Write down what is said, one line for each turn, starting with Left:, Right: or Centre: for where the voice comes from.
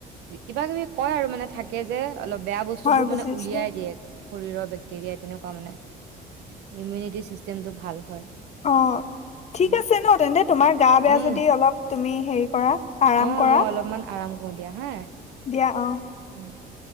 Right: কিবা -কিবি কয় আৰু মানে থাকে যে, অলপ বেয়া বস্তু
Left: হয়
Right: বোৰ
Left: বুজিছো
Right: মানে উলিয়াই দিয়ে শৰীৰৰ বেক্টেৰিয়াই। তেনেকুৱা মানে, ইমিউনিটি চিষ্টেমটো ভাল হয়।
Left: অ', ঠিক
Right: উম
Left: আছে ন তেন্তে তোমাৰ গা বেয়া
Right: উম,
Left: যদি অলপ তুমি হেৰি কৰা আৰাম
Right: অ'
Left: কৰা।
Right: মই অলপমান আৰাম কৰো দিয়া হা,,
Left: দিয়া অ
Right: উম।